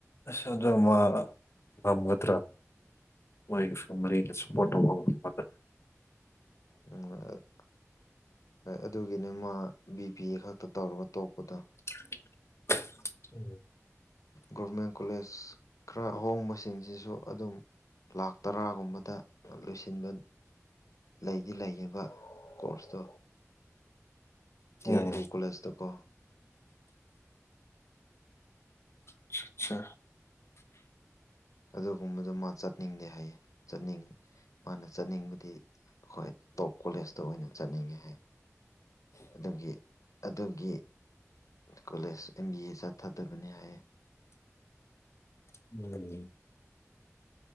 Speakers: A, on the left; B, on the left.
A: ꯑꯁ ꯑꯗꯨ ꯃꯥ ꯉꯝꯒꯗꯔꯥ ꯃꯣꯏꯒꯤ ꯐꯦꯃꯤꯂꯤꯅ ꯁꯞꯄꯣꯔꯠ ꯇꯧꯕ ꯉꯝꯒꯗꯔꯥ
B: ꯎꯝ <unintelligible> ꯑꯗꯨꯒꯤꯅꯦ ꯃꯥ ꯕꯤ ꯕꯤꯑꯦ ꯈꯛꯇ ꯇꯧꯔꯒ ꯇꯣꯛꯄꯗꯣ
A: <unintelligible>
B: ꯒꯣꯕ꯭ꯔꯃꯦꯟ ꯀꯣꯂꯦꯖ ꯈꯔ ꯑꯍꯣꯡꯕꯁꯤꯡꯁꯤꯁꯨ ꯑꯗꯨꯝ ꯂꯥꯛ ꯇꯔꯥꯒꯨꯝꯕꯗ ꯂꯣꯏꯁꯤꯟꯕ ꯂꯩꯗꯤ ꯂꯩꯌꯦꯕ ꯀꯣꯔꯁꯇꯣ ꯇꯤꯌꯔ
A: ꯎꯝ
B: ꯇꯨ ꯀꯣꯂꯦꯖꯇꯀꯣ
A: ꯑꯠꯆꯥ
B: ꯑꯗꯨꯒꯨꯝꯕꯗꯨ ꯃꯥ ꯆꯠꯅꯤꯡꯗꯦ ꯍꯥꯏꯌꯦ ꯆꯠꯅꯤꯡ ꯃꯥꯅ ꯆꯠꯅꯤꯡꯕꯗꯤ ꯍꯣꯏ ꯇꯣꯞ ꯀꯣꯂꯦꯖꯇ ꯑꯣꯏꯅ ꯆꯠꯅꯤꯡꯉꯦ ꯍꯥꯏ ꯑꯗꯨꯒꯤ ꯑꯗꯨꯒꯤ ꯀꯣꯂꯦꯖ ꯑꯦꯝ ꯕꯤ ꯑꯦ ꯆꯠꯊꯗꯕꯅꯦ ꯍꯥꯏꯌꯦ
A: <unintelligible>